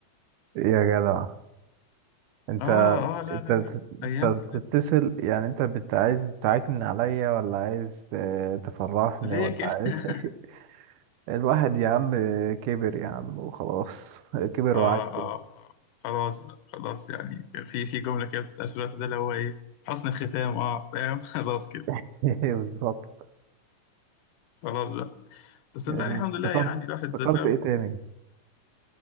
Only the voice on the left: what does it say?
اه اه لا
لا
لا ايام
كده
ليه
كده
<laughs>
اه
اه آه. خلاص بقى، خلاص يعني في في جملة كده بتتقال في الوقت ده اللي هو ايه حسن الختام اه فاهم <laughs> خلاص كده
خلاص بقى بس صدقني
الحمد لله
يعني الواحد
ده فاهم